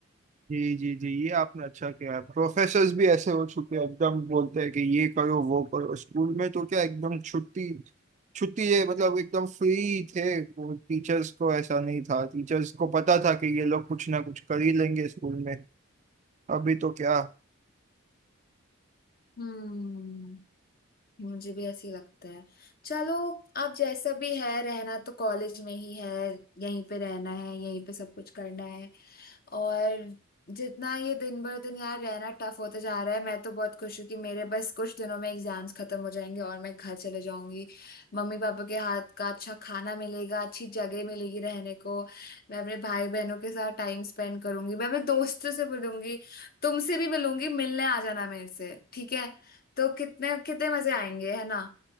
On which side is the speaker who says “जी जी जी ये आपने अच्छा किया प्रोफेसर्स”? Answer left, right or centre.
Right